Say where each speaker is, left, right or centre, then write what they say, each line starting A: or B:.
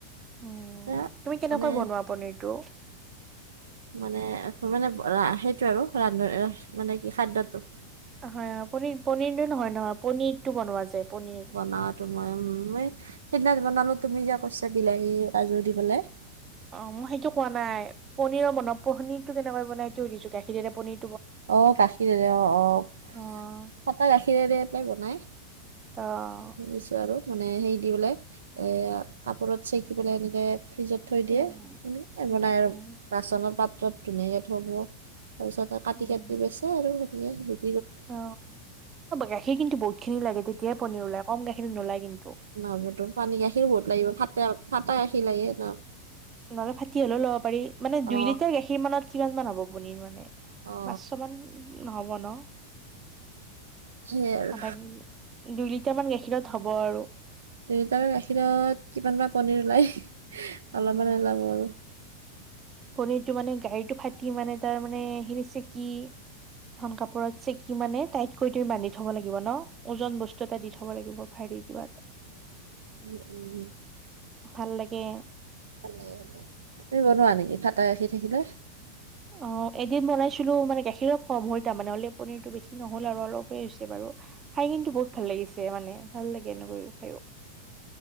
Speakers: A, on the right (about 25°); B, on the right (about 65°).
A: উম,
B: এতিয়া
A: তুমি কেনেকৈ
B: মানে
A: বনোৱা পনীৰটো।
B: মানে -মানে সেইটো আৰু ৰান্ধ মানে কি খাদ্যয়টো।
A: হয় আউ, পনিৰ-পনিৰটো নহয় নহয় পনিৰটো বনোৱা যে পনীৰ
B: বনোৱাতো মই উম, সেইদিনা বনালো তুমি যে কৈছা বিলাহী কাজু দিবলে।
A: অ, মই সেইটো কোৱা নাই পনিৰৰ মনত পনীৰতটো কেনেকৈ বনাই ত দিছো গাখীৰে পনীৰ।
B: অহ গাখীৰেৰে অ-অ ফটা
A: অ',
B: গাখীৰেৰে পৰা বনাই
A: অ',
B: দিছো আৰু মানে হেৰি দি পেলাই এই কাপোৰত চেকি পেলাই এনেকে। ফ্ৰিজত থৈ দিয়ে
A: উম,
B: বনাই
A: উম,
B: আৰু
A: উম,
B: বাচনত পাত ত ধুনীয়াকে থব তাৰপিছত কাটি-কাটি
A: উম,
B: বেচে আৰু সেনেকে সেই
A: অ, গাখীৰ কিন্তু বহুত খিনি লাগে তেতিয়াই পনীৰ ওলাই কম গাখীৰ নোলাই কিন্তু।
B: না হয়তো পানী গাখীৰ বহুত লাগিব ফাতে ফাঁটা গাখীৰ লাগে ন।
A: নহ'লে ফাটি হ'লেও ল'ব পাৰি মানে দুই
B: অ
A: লিটাৰ গাখীৰ মানত কিমান মান হ'ব পনীৰ মানে
B: অ
A: পাঁচশ মান হব ন।
B: সেইয়াই আৰু
A: আধা কেজি দুই লিটাৰ মান গাখীৰত হব আৰু।
B: তিনিলিটাৰ গাখীৰত কিমান বা পনীৰ ওলাই অলপমান
A: উম
B: ওলাব আৰু।
A: পনিৰটো মানে গাড়ীটো ফাটি মানে তাৰ মানে সিখিনি চেকি ধন কাপোৰত চেকি মানে টাইতকৈ তুম বান্ধি থব লাগিব ন ওজন বস্তু এটা দি থব লাগিব। হি কিবাত
B: উম-উম,
A: ভাল লাগে।
B: ভাল লাগে ভাল লাগে তুনি বনোৱা নেকি ফটা গাখীৰ থাকিলে।
A: অ', এদিন বনাইছিলো মানে গাখীৰ কম হল তাৰ মানে হ'লে পনীৰতটো বেছি নহ'ল আৰু অলপেই হৈছে বাৰু। কিন্তু বহুত ভাল লাগিছে মানে ভাল লাগে এনেকৈ খাই।